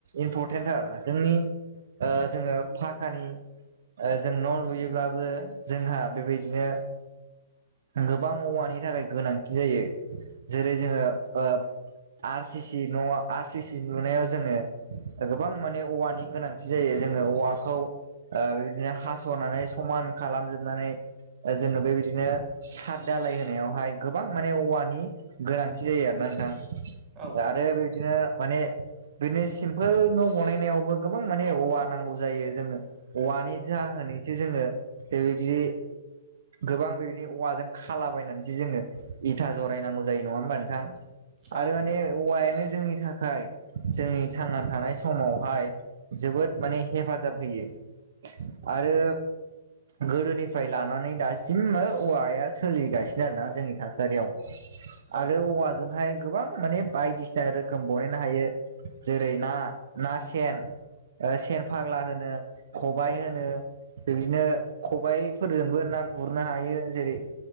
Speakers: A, on the right; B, on the right.
A: इम्परटेन्टार जोंनि ओ जोङो फाखानि ओ जों न' लुयोब्लाबो जोंहा बेबायदिनो गोबां औवानि थाखाय गोनांथि जायो। जेरै जोङो ओ आर सि सि न' आर सि सि लुनायाव जोङो ओ गोबां माने औवानि गोनांथि जायो जो ङो औवाखौ ओ बिबादिनो हास'नानै समान खालामजोबनानै ओ जोङो बेबायदिनो साद दालाय होनायावहाय गोबां माने औवानि गोनांथि जायो आरो। ना नोंथां
B: औ
A: आरो बेदिनो माने बिनो सिम्पोल न' बानायनायावबो गोबां माने औवा नांगौ जायो जोङो औवानि जाहोन एसे जोङो बिबादि गोबां बे औवाजों खालाबायनानैसो जोङो इथा जरायनांगौ जायो नङा होमबा नोंथां।
B: औ
A: आरो
B: औ
A: माने औवायानो जोंनि थाखाय जोंनि थांना थानाय समावहाय जोबोद माने हेफाजाब होयो। आरो गोदोनिफ्राय लानानै दासिमबो औवाया सोलिगासिनो आरोना जोंनि थासारियाव।
B: औ
A: आरो औवाजोंहाय गोबां माने बायदिसिना रोखोम बानायनो हायो। जेरै ना ना सेन, ओ सेन फाग्ला होनो खबाय होनो बिदिनो खबायफोरजोंबो ना गुरनो हायो जेरै